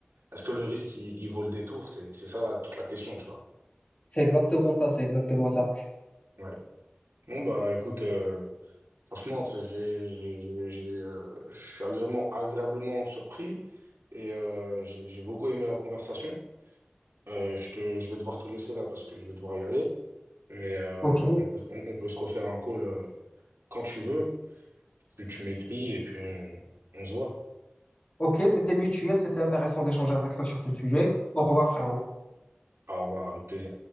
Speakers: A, on the right; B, on the left.
A: Est-ce que le risque, il, il vaut le détour? C'est c'est ça là, toute la question, tu vois.
B: C'est exactement ça, c'est exactement ça.
A: Ouais. Bon, bah écoute, euh, franchement, c'est- j'ai, j'ai, j'ai, j'ai, euh, je suis agréablement, agréablement surpris et euh, j'ai j'ai beaucoup aimé la conversation. Euh, je te, je vais devoir te laisser là parce que je vais devoir y aller, mais euh,
B: Ok,
A: on peut, on, on peut se refaire un call euh, quand tu veux. Tu, tu m'écris et puis on, on se voit.
B: ok, c'était mutuel, c'était intéressant d'échanger avec toi sur ce sujet. Au revoir, frère.
A: Au revoir, avec plaisir.